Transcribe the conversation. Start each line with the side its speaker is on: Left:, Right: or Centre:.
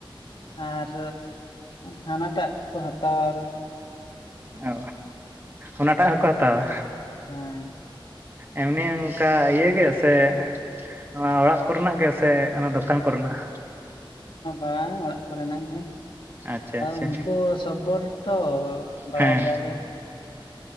Left: ᱟᱨ ᱦᱟᱱᱟᱴᱟᱜ ᱠᱚ ᱦᱟᱛᱟᱣᱟ ᱟᱨ,
Right: ᱚ ᱚᱱᱟᱴᱟᱜ ᱦᱚᱸᱠᱚ ᱦᱟᱛᱟᱣᱟ?
Left: ᱦᱮᱸ
Right: ᱮᱢᱱᱤ ᱚᱱᱠᱟ ᱤᱭᱟᱹ ᱜᱮ ᱥᱮ ᱱᱚᱣᱟ ᱚᱲᱟᱜ ᱠᱚᱨᱮᱱᱟᱜ ᱜᱮ ᱥᱮ ᱚᱱᱟ ᱫᱚᱠᱟᱱ ᱠᱚᱨᱮᱱᱟᱜ?
Left: ᱵᱟ ᱚᱲᱟᱜ ᱠᱚ ᱨᱮᱱᱟᱜ ᱜᱮ᱾
Right: ᱟᱪᱪᱷᱟ ᱟᱪᱪᱷᱟ
Left: ᱩᱱᱠᱩ ᱥᱚᱵᱵᱚᱨ ᱛᱚ ᱵᱟᱲᱟᱭ
Right: ᱦᱮᱸ
Left: ᱜᱮᱭᱟ
Right: ᱦᱮᱸ
Left: ᱵᱮᱱ?